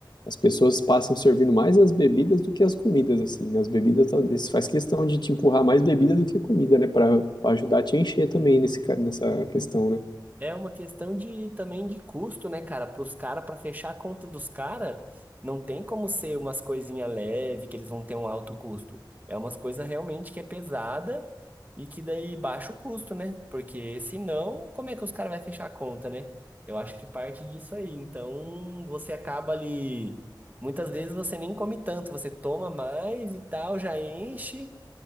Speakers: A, on the left; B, on the right.
A: as pessoas passam servindo mais as bebidas do que as comidas assim. Nas bebidas talvez faz questão de te empurrar mais bebida do que comida, né, para para ajudar a te encher também nesse ca- nessa questão, né?
B: É uma questão de também de custo, né, cara? Para os caras, para fechar a conta dos caras, não tem como ser umas coisinhas leve que eles vão ter um alto custo. É umas coisas realmente que é pesada e que daí baixa o custo, né? Porque senão, como é que os caras vão fechar a conta, né? Eu acho que parte disso aí. Então, você acaba ali. Muitas vezes você nem come tanto, você toma mais e tal, já enche